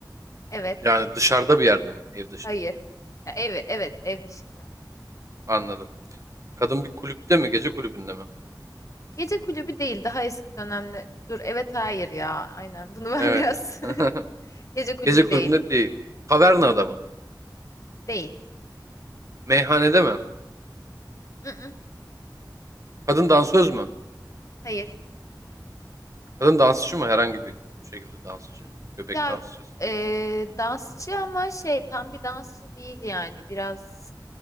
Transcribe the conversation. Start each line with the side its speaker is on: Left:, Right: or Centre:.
Left: Evet.
Right: Yani dışarıda bir yerde mi? Ev dışında.
Left: Hayır. Ya, ev, evet, ev dışında.
Right: Anladım. Kadın bir kulüpte mi? Gece kulübünde mi?
Left: Gece kulübü değil, daha eski dönemde. Dur, evet, hayır ya. Aynen. Bunu ben
Right: Evet.
Left: biraz
Right: <laughs>
Left: <laughs> Gece kulübü
Right: Gece kulübünde
Left: değil.
Right: değil. Kavernada
Left: Mm-mm.
Right: mı?
Left: Değil.
Right: Meyhanede mi?
Left: Mm-mm.
Right: Kadın dansöz mü?
Left: Hayır.
Right: Kadın dansçı mı? Herhangi bir şekilde dansçı. Bebek
Left: Ya
Right: dansçısı
Left: e,
Right: değil.
Left: dansçı ama şey tam bir dansçı değil yani. Biraz